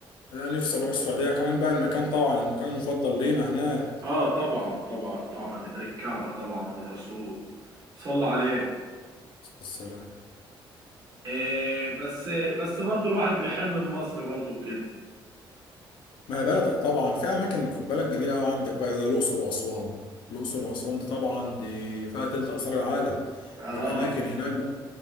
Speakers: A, on the left; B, on the right.
A: انا نفسي اروح السعوديه كمان بقى المكان طبعا المكان المفضل لينا هناك
B: اه طبعا طبعا طبعا الكعبة طبعا والرسول صلى عليه
A: السلام
B: آه بس بس برضو الواحد بيحن لمصر برضو كده
A: ما هي بلدك طبعا في اماكن خد بالك جميله قوي عندك بقى زي الاقصر واسوان الاقصر واسوان دي طبعا دي فيها تلت اثار العالم
B: اه
A: والاماكن هناك بقى